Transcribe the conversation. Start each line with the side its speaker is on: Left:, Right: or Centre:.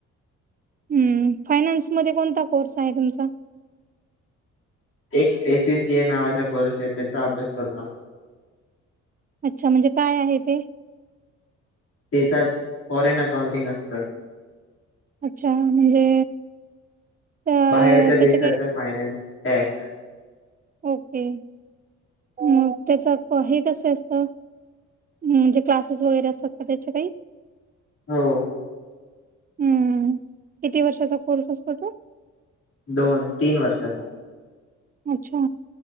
Right: हम्म फायनान्स मध्ये कोणता कोर्स आहे तुमचा?
Left: एक एसीसी ए नावाचा कोर्स आहे त्याचा अभ्यास करता.
Right: अच्छा म्हणजे काय आहे ते?
Left: त्याच्यात फॉरेन अकाउंटिंग असतं.
Right: अच्छा म्हणजे अ
Left: बाहेरच्या
Right: त्याच्या
Left: देशाचं
Right: काय
Left: फायनान्स, टॅक्स.
Right: ओके म त्याच हे कस असत. म्हणजे क्लासेस वगैरे असतात का त्याच्या काही?
Left: हो.
Right: हम्म. किती वर्षाचा कोर्स असतो तो?
Left: दोन तीन वर्षाचा.
Right: अच्छा